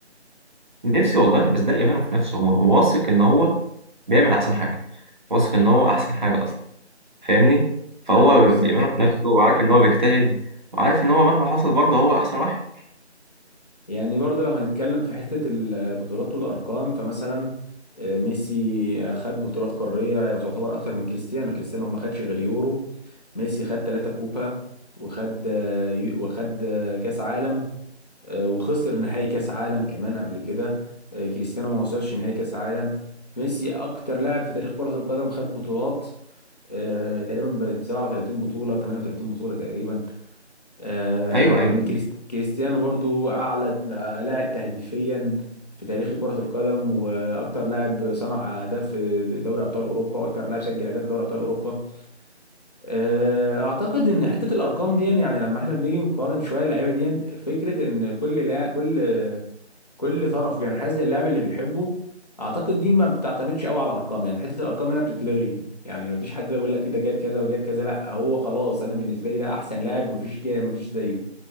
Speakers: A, on the right (about 40°); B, on the left (about 35°).
A: نفسي والله بس ده ايمانه في نفسه هو واثق ان هو بيعمل احسن حاجه واثق ان هو احسن حاجه اصلا فاهمني فهو
B: ايوه
A: بإيمانه
B: بالظبط
A: في نفسه وعارف إن هو بيجتهد وعارف إن هو مهما حصل برضه هو أحسن واحد
B: يعني برضو لو هنتكلم في حته البطولات والارقام فمثلا آه، ميسي آه، خد بطولات قاريه تعتبر اكتر من كريستيانو كريستيانو ما خدش غير يورو ميسي خد ثلاثة كوبا وخد آه، يو- وخد آه، كاس عالم آه، وخسر نهائي كاس عالم كمان قبل كده آه، كريستيانو ما وصلش نهائي كاس عالم ميسي اكتر لاعب في تاريخ كرة القدم خد بطولات آه، تقريبا ب 37 بطولة 38 بطولة تقريبا آه،
A: أيوه أيوه
B: كريس- كريستيانو برضو اعلى آه، لاعب تهديفيا في تاريخ كرة القدم واكتر لاعب صنع اهداف في دوري ابطال اوروبا واكتر لاعب سجل اهداف في دوري ابطال اوروبا آه، اعتقد ان حته الارقام دي يعني لما احنا بنيجي نقارن شويه اللعيبه دي فكره ان كل لا كل كل طرف بينحاز للاعب اللي بيحبه اعتقد دي ما بتعتمدش قوي على الارقام يعني حته الارقام هنا بتتلغي يعني ما فيش حد بيقول لك إيه ده جايب كذا وجايب كذا لا هو خلاص انا بالنسبه لي ده احسن لاعب ما فيش ما فيش زيه